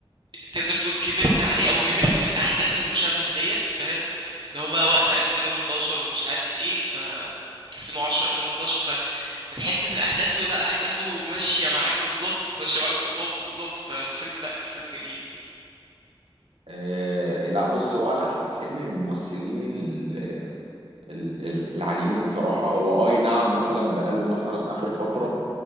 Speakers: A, on the right; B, on the right.
A: تقدر تقول كبرت عليه او كبرت في الاحداث المشابهه ديت فاهم اللي هو بقى وقت 2011 ومش عارف ايه ف 2010 2011 ف... فتحس ان الاحداث لا احداثه ماشيه معاك بالظبط ماشيه معاك بالظبط بالظبط ففيلم لا فيلم جميل
B: آه لا بص هو على احمد حلمي من الممثلين ال- ال- العاليين الصراحة هو آه، أي نعم مثلا بقاله مثلا آخر فترة